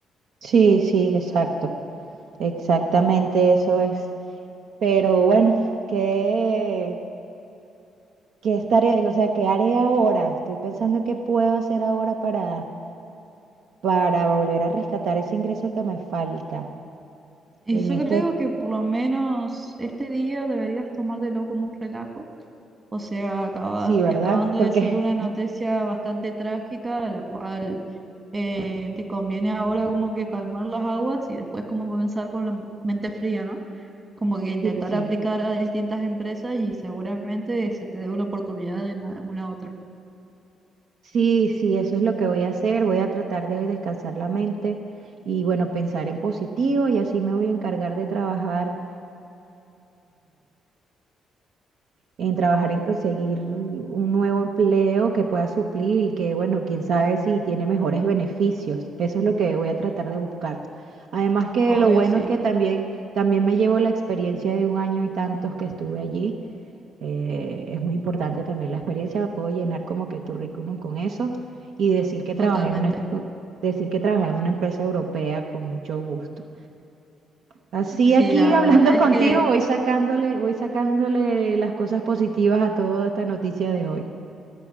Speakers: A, on the right; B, on the right.
A: Sí, sí, exacto. Exactamente eso es. Pero bueno, qué ¿Qué estaré, o sea, qué haré ahora? Estoy pensando qué puedo hacer ahora para, para volver a rescatar ese ingreso que me falta.
B: Y
A: En
B: yo
A: esto,
B: creo que por lo menos este día deberías tomártelo como un relajo O sea, acaba-
A: sí, ¿verdad?
B: te acaban de
A: Porque
B: decir una noticia bastante trágica, de la cual eh, te conviene ahora como que calmar las aguas y después como comenzar con la mente fría, ¿no? Como que intentar
A: <laughs> sí, sí,
B: aplicar a distintas empresas y seguramente se te dé una oportunidad en alguna otra.
A: sí, sí, eso es lo que voy a hacer. Voy a tratar de hoy descansar la mente y, bueno, pensar en positivo y así me voy a encargar de trabajar en trabajar en conseguir un nuevo empleo que pueda suplir y que, bueno, quién sabe si tiene mejores beneficios. Eso es lo que voy a tratar de buscar. Además que
B: Obvio,
A: lo bueno
B: sí,
A: es que también, también me llevo la experiencia de un año y tantos que estuve allí. Eh, es muy importante también la experiencia, puedo llenar como que currículum con eso y decir que
B: totalmente.
A: trabajé en una, decir que trabajé en una empresa europea con mucho gusto. Así
B: Sí,
A: aquí
B: la
A: hablando
B: verdad es
A: <laughs> contigo
B: que
A: voy sacándole, voy sacándole las cosas positivas a toda esta noticia de hoy.